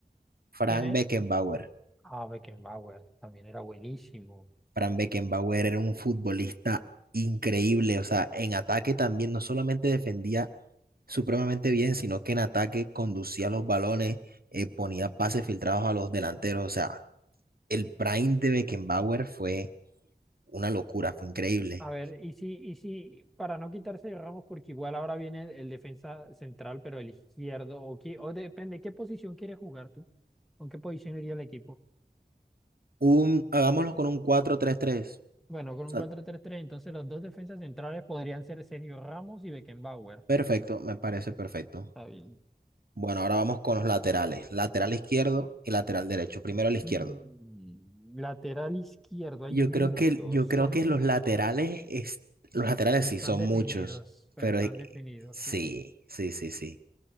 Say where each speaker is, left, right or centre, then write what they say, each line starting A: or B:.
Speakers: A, on the right (about 65°); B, in the centre.
A: Frank
B: ¿Quién es?
A: Beckenbauer.
B: Ah, Beckenbauer. También era buenísimo.
A: Frank Beckenbauer era un futbolista increíble, o sea, en ataque también no solamente defendía supremamente bien, sino que en ataque conducía los balones, eh, ponía pases filtrados a los delanteros, o sea, el prime de Beckenbauer fue una locura, fue increíble.
B: A ver, y si, y si, para no quitarse de Ramos, porque igual ahora viene el defensa central, pero el izquierdo, o, qui- o depende, ¿qué posición quieres jugar tú? ¿Con qué posición iría el equipo?
A: Un, hagámoslo con un cuatro tres tres.
B: Bueno, con
A: o
B: un
A: sea,
B: cuatro tres tres, entonces los dos defensas centrales podrían ser Sergio Ramos y Beckenbauer.
A: perfecto, me parece perfecto.
B: Está bien.
A: Bueno, ahora vamos con los laterales, lateral izquierdo y lateral derecho. Primero el izquierdo.
B: Mm, lateral izquierdo, hay
A: Yo
B: muchos,
A: creo que, yo creo
B: hay
A: que
B: muchos,
A: los laterales, es- los laterales
B: pero
A: sí
B: están
A: son
B: definidos,
A: muchos,
B: pero
A: pero
B: están
A: es que-
B: definidos,
A: sí,
B: sí.
A: sí, sí, sí.